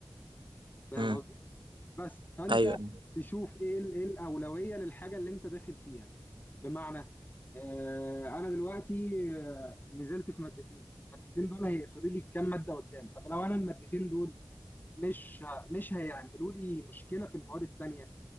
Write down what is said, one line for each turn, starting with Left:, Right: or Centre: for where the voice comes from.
Left: فاهم
Right: امم
Left: قصدي بس فانت
Right: ايوه ايوه
Left: تشوف ايه ال- ايه الاولويه للحاجه اللي انت داخل فيها بمعنى آه انا دلوقتي آه نزلت في مادتين المادتين دول هيقفلوا لي كام ماده قدام طب لو انا المادتين دول مش ه- مش هيعملوا لي مشكله في المواد التانيه